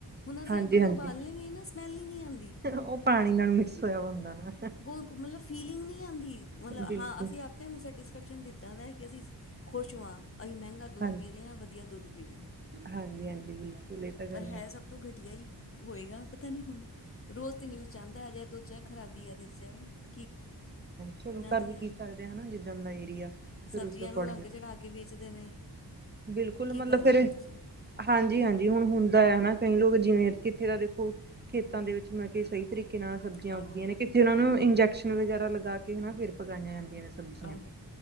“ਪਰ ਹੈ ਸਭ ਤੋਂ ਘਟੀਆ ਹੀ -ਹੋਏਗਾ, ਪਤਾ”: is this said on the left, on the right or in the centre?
Left